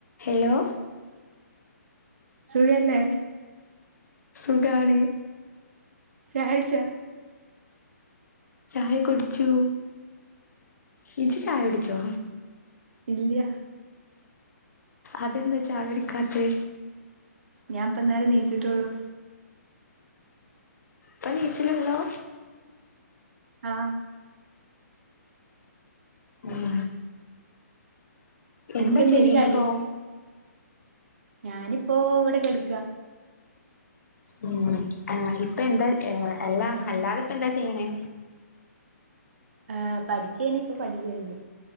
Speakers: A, on the left; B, on the right.
A: Hello
B: സുഖല്ലെ
A: സുഖാണ്
B: ചായ്ട്ച്ചാ
A: ചായ കുടിച്ചു ഇജ്ജ് ചായ കുടിച്ചോ
B: ഇല്ല്യ
A: അതെന്താ ചായുടിക്കാത്ത്
B: ഞാൻ ഇപ്പന്നാരെ നീച്ചിട്ടോള്ളൂ
A: പ്പ നീച്ച്ണൊള്ളൂ
B: ആഹ്
A: ഉം
B: അനക്കെന്തേനി
A: എന്താ ചെയ്യണ്
B: കടി
A: ഇപ്പൊ
B: ഞാനിപ്പോ ഇവടെക്കെടുക്ക
A: ഉം ആഹ് ഇപ്പൊ എന്താ എ എല്ലാ അല്ലാതെ ഇപ്പ എന്താ ചെയ്യണേ
B: ആഹ് പഠിക്കേനി ഇപ്പ പഠിച്ച് കഴിഞ്ഞു